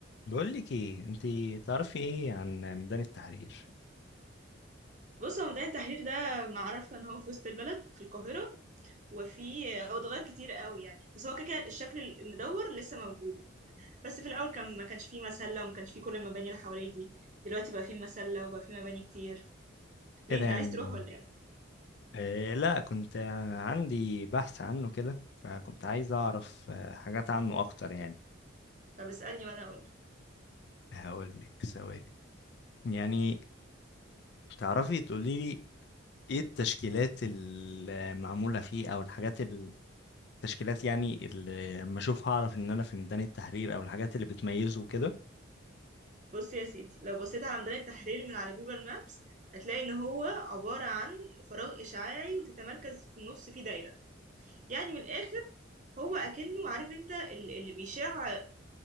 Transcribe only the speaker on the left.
بقول لك ايه انت تعرفي ايه عن ميدان التحرير
ايه ده
يعني
إيه لا كنت عندي بحث عنه كده فكنت عايز اعرف آه، حاجات عنه اكتر يعني
هقول لك ثواني يعني تعرفي تقولي لي ايه التشكيلات المعمولة فيه او الحاجات ال- التشكيلات يعني اللي لما اشوفها اعرف ان انا في ميدان التحرير او الحاجات اللي بتميزه كده